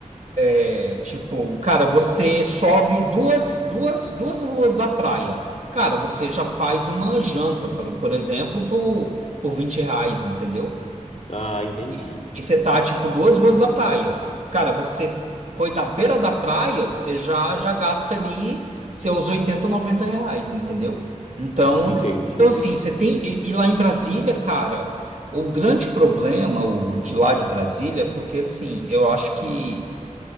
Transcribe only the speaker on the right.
é, tipo, cara, você sobe duas, duas, duas ruas da praia. Cara, você já faz uma janta, por, por exemplo, por, por 20 reais, entendeu?
E e você tá, tipo, duas ruas da praia. Cara, você foi na beira da praia, você já, já gasta ali seus 80, 90 reais, entendeu? Então,
então assim, você tem. E, e lá em Brasília, cara, o grande problema, Hugo, de lá de Brasília, é porque, assim, eu acho que